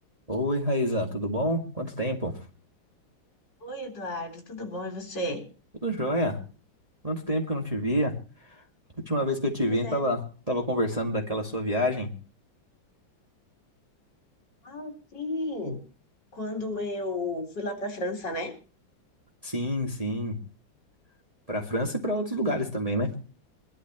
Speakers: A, on the right; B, on the left.
A: Oi, Raizan, tudo bom? Quanto tempo?
B: Oi, Eduardo, tudo bom? E você?
A: Tudo jóia. Quanto tempo que eu não te via? Última vez que eu te
B: Pois
A: vi, tava,
B: é.
A: tava conversando daquela sua viagem.
B: Ah, sim. Quando eu fui lá para a França, né?
A: Sim, sim. Pra França e pra outros lugares também, né?